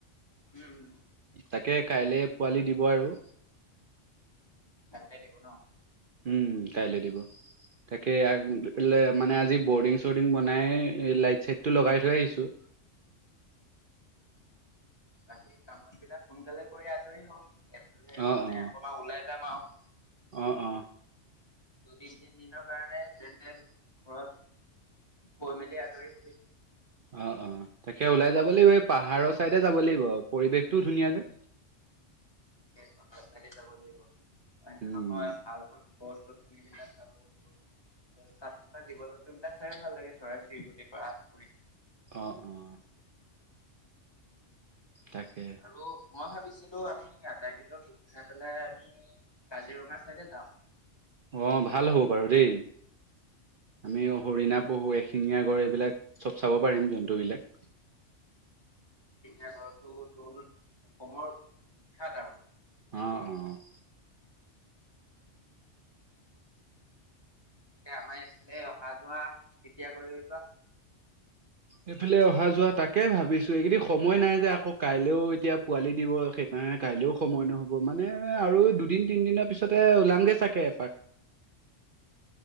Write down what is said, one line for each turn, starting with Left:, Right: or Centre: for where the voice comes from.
Left: উম উম,
Right: তাকে কাইলে পোৱালি দিব আৰু।
Left: কালিলৈ দিব ন?
Right: উম, ' কাইলে দিব, তাকেই
Left: তাকে
Right: মানে আজি বৰ্ডিং - বৰ্ডং বনাই লাইট চাইট টো লগাই থৈ আহিছোঁ।
Left: বাকী কাম বন বিলাক সোনকালে কৰি আজৰি হ। এফালে মানে
Right: অ অ
Left: অকনমান ওলাই যাম আৰু।
Right: অ', অ'-
Left: দুদিন তিন দিনৰ কাৰণে যেনতেন ঘৰত কৈ মেলি আজৰি হবি।
Right: অ', অ' তাকে ওলাই যাব লাগিব। এই পাহাৰৰ চাইডে যাব লাগিব পৰিৱেশটোও ধুনীয়া যে।
Left: তাকে, পাহাৰ চাইদে যাব লাগিব অইনতো
Right: উম
Left: নহয় ভাল ভাল ক থ ন কাৰ <unintelligible> তাত থকা জীৱ জন্তু বিলাক চাইয়ো ভাল লাগে চৰাই চৰিকতি পাৰ আদি কৰি।
Right: অ', অ'- তাকে।
Left: আৰু মই ভাবিছিলোঁ আমি আটাইকেইজনক গোট খাই পেলাই আমি কাজিৰঙা চাইডে যাওঁ।
Right: অঁ ভাল হ'ব বাৰু দেই। আমি হৰিণা পহু এশিঙীয়া গড় এইবিলাক চব চাব পাৰিম জন্তু বিলাক।
Left: এঙিয়া গড়টোৰ তোৰ অসমৰ বিখ্যাত আৰু।
Right: অ', অ'-
Left: এতিয়া আমাৰ এইফালে অহা যোৱা কেতিয়া কৰিবিবা?
Right: এইফালে অহা যোৱা তাকে ভাবিছোঁ, এইকেইদিন সময় নাই যে আকৌ'। কাইলেও এতিয়া পোৱালি দিব, সেইকাৰণে কাইলেও সময় নহ'ব মানে আৰু দুদিন তিন দিনৰ পিছত তোৰ ওচৰতে ওলাম গে চাগে এপাক।
Left: <unintelligible>